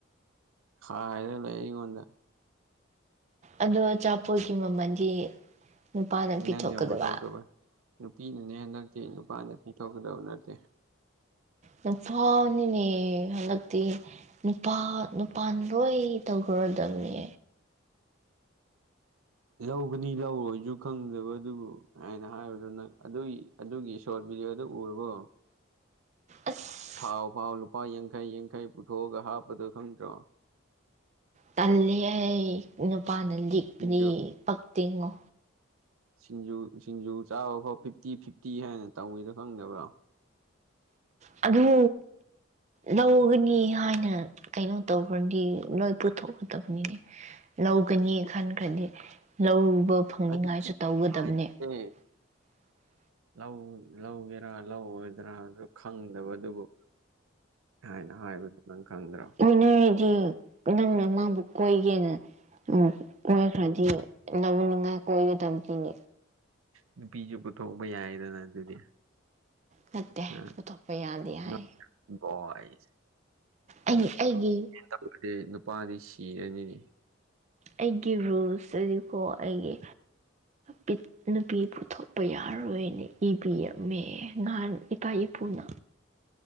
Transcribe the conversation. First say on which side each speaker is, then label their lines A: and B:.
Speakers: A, on the right; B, on the right.
A: ꯈꯥꯏꯔꯥ ꯂꯩ ꯑꯩꯉꯣꯟꯗ
B: ꯑꯗꯣ ꯑꯆꯥꯄꯣꯠꯀꯤ ꯃꯃꯜꯗꯤ ꯅꯨꯄꯥꯅ ꯄꯤꯊꯣꯛꯀꯗꯕ
A: ꯅꯪꯅ ꯄꯨꯊꯣꯛ ꯀꯗꯕ ꯅꯨꯄꯤꯅꯅꯦ ꯍꯟꯗꯛꯇꯤ ꯅꯨꯄꯥꯅ ꯄꯤꯊꯣꯛꯀꯗꯕ ꯅꯠꯇꯦ
B: ꯅꯨꯄꯥꯅꯤꯅꯦ ꯍꯟꯗꯛꯇꯤ ꯅꯨꯄꯥ ꯅꯨꯄꯥꯥꯅ ꯂꯣꯏ ꯇꯧꯈ꯭ꯔꯥꯗꯝꯅꯦ
A: ꯂꯧꯒꯅꯤ ꯂꯧꯔꯣꯏꯁꯨ ꯈꯪꯗꯕ ꯗꯨꯕꯨ ꯑꯩꯅ ꯍꯥꯏꯕꯗꯨ ꯅꯪ ꯑꯗꯨꯒꯤ ꯑꯗꯨꯒꯤ ꯁꯣꯔꯠ ꯚꯤꯗꯤꯑꯣꯗꯨ ꯎꯔꯕꯣ
B: ꯑꯁ
A: ꯊꯥꯎ ꯐꯥꯎ ꯂꯨꯄꯥ ꯌꯥꯡꯈꯩ ꯌꯥꯡꯈꯩ ꯄꯨꯊꯣꯛꯑꯒ ꯍꯥꯞꯄꯗꯣ ꯈꯪꯗ꯭ꯔꯣ
B: ꯇꯜꯂꯤ ꯍꯦ ꯅꯨꯄꯥꯅ ꯂꯤꯛꯄꯗꯤ
A: ꯁꯤꯡꯖꯨ
B: ꯄꯛ ꯇꯦꯡꯉꯣ
A: ꯁꯤꯡꯖꯨ ꯁꯤꯡꯖꯨ ꯆꯥꯕ ꯐꯥꯎ ꯐꯤꯐꯇꯤ ꯐꯤꯐꯇꯤ ꯍꯥꯏꯅ ꯇꯧꯋꯦꯗꯣ ꯈꯪꯗꯕ꯭ꯔꯥ
B: ꯑꯗꯨ ꯂꯧꯒꯅꯤ ꯍꯥꯏꯅ ꯀꯩꯅꯣ ꯇꯧꯈ꯭ꯔꯥꯗꯤ ꯂꯣꯏ ꯄꯨꯊꯣꯛꯀꯗꯕꯅꯤꯅꯦ ꯂꯧꯒꯅꯤ ꯈꯟꯈ꯭ꯔꯥꯗꯤ ꯂꯧꯕ ꯐꯪꯅꯤꯡꯉꯥꯏꯁꯨ
A: ꯑꯗꯨ
B: ꯇꯧꯒꯗꯕꯅꯦ
A: ꯍꯥꯏꯁꯦ
B: <unintelligible>
A: ꯂꯧ ꯂꯧꯒꯦꯔꯥ ꯂꯧꯔꯣꯏꯗ꯭ꯔꯥꯖꯨ ꯈꯪꯗꯕ ꯗꯨꯕꯨ ꯊꯥꯏꯅ ꯍꯥꯏꯕꯗꯨ ꯅꯪ ꯈꯪꯗ꯭ꯔꯣ
B: ꯀꯣꯏꯅꯔꯥꯗꯤ ꯅꯪꯅ ꯃꯥꯕꯨ ꯀꯣꯏꯒꯦꯅ ꯎꯝ ꯀꯣꯏꯈ꯭ꯔꯥꯗꯤ ꯂꯧꯅꯤꯡꯉꯥꯏ ꯀꯣꯏꯒꯗꯕꯅꯦ
A: ꯅꯨꯄꯤꯖꯨ ꯄꯨꯊꯣꯛꯄꯥ ꯌꯥꯏꯗꯅ ꯑꯗꯨꯗꯤ
B: ꯅꯠꯇꯦ
A: ꯑ
B: ꯄꯨꯊꯣꯛꯄꯥ ꯌꯥꯗꯦ ꯍꯥꯏ
A: ꯅꯣꯠ ꯕꯣꯏꯁ
B: ꯑꯩ ꯑꯩꯒꯤ
A: <unintelligible> ꯑꯦ ꯅꯨꯄꯥꯗꯤ ꯁꯤꯔꯥꯅꯤꯅꯦ
B: ꯑꯩꯒꯤ ꯔꯨꯜꯁ ꯇꯗꯤꯀꯣ ꯑꯩꯒꯤ ꯄꯤꯠ ꯅꯨꯄꯤ ꯄꯨꯊꯣꯛꯄ ꯌꯥꯔꯣꯏꯅꯦ ꯏꯕꯤꯔꯝꯃꯦ ꯅꯍꯥꯟ ꯏꯄꯥ ꯏꯄꯨꯅ